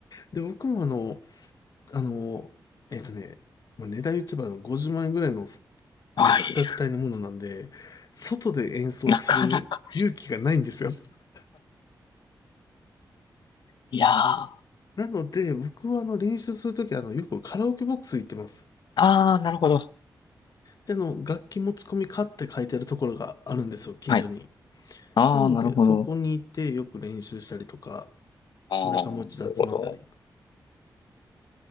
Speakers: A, on the left (about 55°); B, on the left (about 80°).
A: で、僕もあの、あの、えっとね、まあ、値段言っちゃえばあの50万円ぐらいの、あの価格帯のものなんで、
B: はい。
A: 外で演奏する勇気がないんですよ。
B: なかなか。
A: <laughs>
B: いやー、
A: なので、僕はあの練習するときはあのよくカラオケボックス行ってます。
B: あー、なるほど。
A: で、あの楽器持ち込みかって書いてあるところがあるんですよ、近所に。
B: はい。あー、
A: なので、
B: なるほど。
A: そこに行ってよく練習したりとか、
B: あー、
A: 仲間内で集まったり、
B: なるほど。